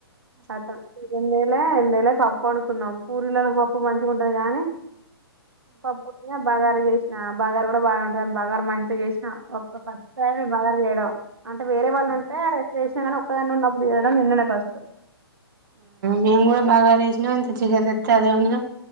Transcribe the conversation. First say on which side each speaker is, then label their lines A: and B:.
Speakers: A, on the right; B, on the right.
A: కతం ఈ రెండువేల. లే పప్పు వండుకున్నాము పూరీలకు పప్పు మంచిగా ఉంటది గానీ. పప్పు కి బాగారా చేశినా. ఆహ్ బాగారా కూడా బాగానేంటుందిని బగారు మంచిగా చేసినా ఒక ఫస్ట్ టైం బాగారా చేయడం అంటే వేరే వాళ్ళు. అంటే చేసినా కానీ ఒక్కదాని ఉన్నప్పుడు చేయడం నిన్ననే ఫస్ట్ టైం.
B: నేను కూడా బాగారా జేషం ఇంత చికెన్ తెత్తే అదే ఒండినం